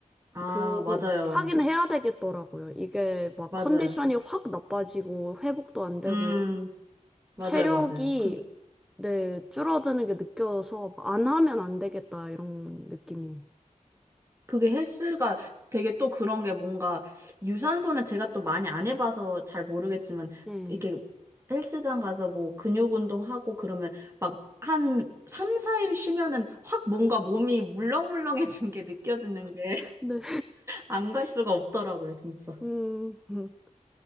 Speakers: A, on the right; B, in the centre.
A: 아,
B: 그건
A: 맞아요.
B: 하긴 해야 되겠더라고요. 이게 막
A: 맞아요.
B: 컨디션이 확 나빠지고 회복도 안 되고
A: 음, 맞아요,
B: 체력이
A: 맞아요. 근데,
B: 네, 줄어드는 게 느껴서 안 하면 안 되겠다 이런 느낌이에요.
A: 그게 헬스가 되게 또 그런 게 뭔가 유산소는 제가 또 많이 안 해봐서 잘 모르겠지만
B: 네.
A: 이렇게 헬스장 가서 뭐 근육 운동하고 그러면 막 한 3, 4일 쉬면은 확 뭔가 몸이 물렁물렁해진 게 느껴지는 게
B: 네.
A: 안 갈 <laughs> 수가 없더라고요, 진짜.
B: 음. <laughs>